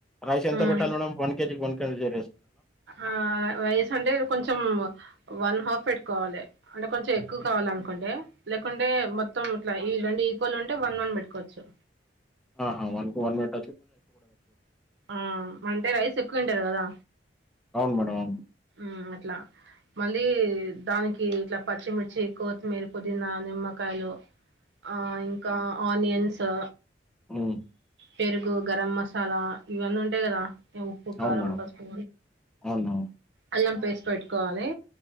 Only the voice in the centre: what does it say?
రైస్ ఎంత
పెట్టాలి మేడం వన్ కేజీకి వన్ కేజీేా
ఆహ వన్ కు వన్ పెట్
అవును మేడం అవును
మ్మ్
అవును మేడం
అవును